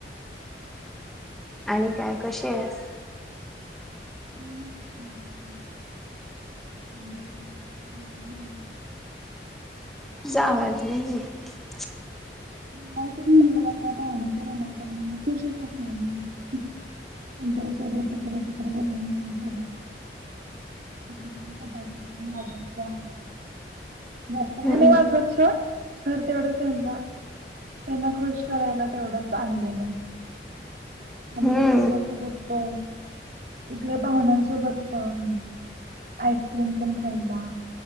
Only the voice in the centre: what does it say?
आणि काय कशी आहेस?
तुझा आवाज नाही येत.
आहे
हम्म
हम्म